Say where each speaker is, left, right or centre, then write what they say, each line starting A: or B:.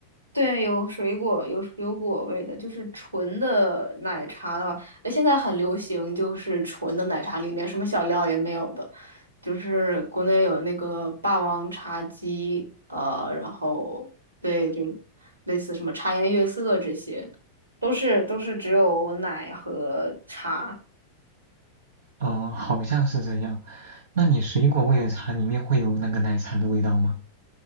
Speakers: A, on the right; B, on the right.
A: 对，有水果，有有果味的，就是纯的奶茶的话，哎，现在很流行，就是纯的奶茶里面什么小料也没有的，就是国内有那个霸王茶姬，呃，然后对，就类似什么茶颜悦色这些，都是都是只有奶和茶，
B: 哦、好像是这样。那你水果味的茶里面会有那个奶茶的味道吗？